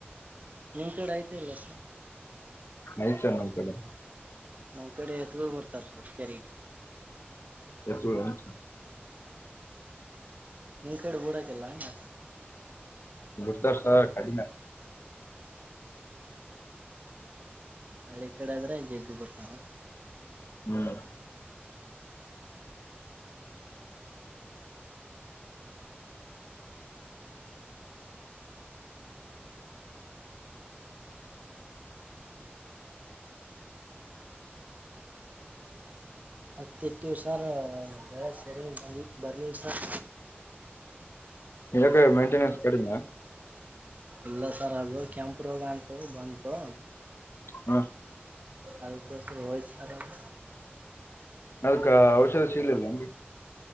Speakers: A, on the right (about 40°); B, on the left (about 70°).
A: ನಿಮ್ಕಡೆ ಐತಿ ಇಲ್ಲೋ ಸರ್.
B: ಐತೆನ್ ನಮ್ ಕಡೆ.
A: ನಮ್ ಕಡೆ ಎತ್ಗುಳ್ ಬರ್ತಾರ್ ಸರ್ ಕೆರಿಗೆ.
B: ಎತ್ಗುಳೆನ್
A: ನಿಂಕಡ್ ಬುಡಕಿಲ್ಲ ಹಂಗ್.
B: ಬುಡ್ತಾರ್ ಸರ್ ಕಡಿಮೆ.
A: ಹಳ್ಳಿ ಕಡೆ ಆದ್ರೆ ಜಗ್ಗ ಬುರ್ತವ.
B: ಹ್ಮ್
A: ಹತ್ತ ಇಟ್ಟೀವ್ ಸರ್ ಬೆಳೆ ಸೇರಿನ್ ಬಲ್ ಬರ್ಲಿಲ್ ಸರ್.
B: ಏಕೆ ಮೇಂಟೇನನ್ಸ್ ಕಡಿಮ್ಯ.
A: ಇಲ್ಲ ಸರ್ ಅದು ಕೆಂಪ್ ರೋಗ ಅಂತು ಬಂತು.
B: ಹ್ಮ್
A: ಅದಕ್ಕೋಸ್ಕರ ಹೋಯ್ತತರ್ ಅದು
B: ಅದಕ್ಕ ಔಷಧಿ ಶೀಲ್ ಇಲೆನ್ರಿ.